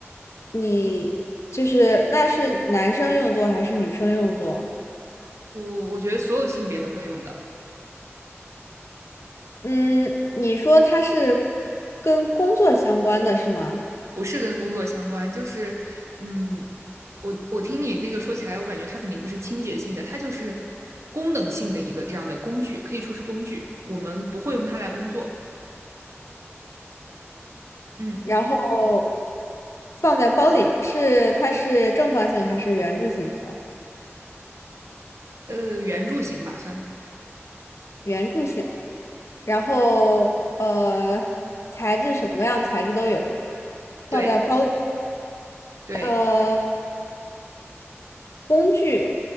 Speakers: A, on the left; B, on the right.
A: 你就是那是男生用多还是女生用多？
B: 我我觉得所有性别都会用的，
A: 嗯，你说它是跟工作相关的是吗？
B: 不是跟工作相关，就是嗯，我我听你那个说起来，我感觉它肯定不是清洁性的，它就是功能性的一个这样的工具，可以说是工具，我们不会用它来工作。嗯，
A: 然后放在包里，是它是正方形还是圆柱形的？
B: 呃，圆柱形吧，算。
A: 圆柱形。然后呃，材质什么样材质都有，放在包里。
B: 对对，
A: 呃，工具，